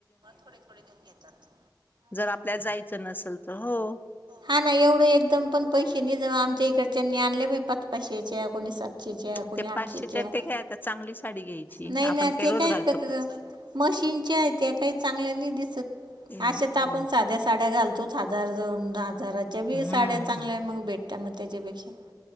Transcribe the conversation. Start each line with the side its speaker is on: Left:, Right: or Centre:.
Right: थोडे थोडेऊन घेतात.
Left: जर आपल्या जायचं नसेल तर हो.
Right: हा ना एवढं एकदम पण पैसे नि ज आमच्या इकडच्यांनी आणले पाच, पाच, पाचशेच्या या कोणीसात पाचशेच्या कुणी
Left: ते पाचशेच्या
Right: आठशे च्या
Left: ते काय आता चांगली साडी घ्यायची
Right: नाही
Left: आपण
Right: ना
Left: काही
Right: ते
Left: रोज
Right: काय.
Left: घालतो
Right: मशीनच्या आहेत त्या काही चांगल्या नाही दिसत
Left: हम्म
Right: अशा तर आपण साध्या साड्या घालतो. तोच हजार दोन हजाराच्या बी
Left: हम्म
Right: साड्या चांगल्या मग भेटतात मग त्याच्यापेक्षा.